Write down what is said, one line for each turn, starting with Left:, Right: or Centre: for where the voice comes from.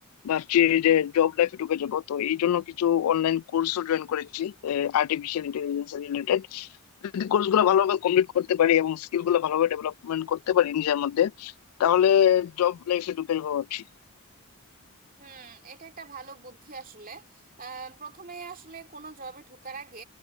Left: ভাবছি যে জব লাইফে ঢুকে যাবো তো এই জন্য কিছু অনলাইন কোর্সও জয়েন করেছি আর্টিফিশিয়াল ইন্টেলিজেন্স রিলেটেড যদি কোর্স গুলো ভালোভাবে কমপ্লিট করতে পারি এবং স্কিল গুলো ভালোভাবে ডেভেলপমেন্ট করতে পারি নিজের মধ্যে তাহলে জব লাইফে ঢুকে যাবো ভাবছি
Right: হুম এটা একটা ভালো বুদ্ধি আসলে আহ, প্রথমে আসলে কোনো জবে ঢোকার আগে